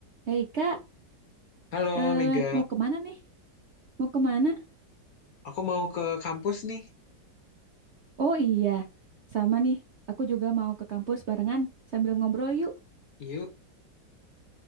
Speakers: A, on the right (about 55°); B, on the left (about 55°).
A: Hei kak,
B: Halo
A: eh,
B: Mega,
A: mau kemana nih? Mau kemana?
B: aku mau ke kampus nih.
A: Oh iya, sama nih. Aku juga mau ke kampus barengan sambil ngobrol yuk.
B: Yuk,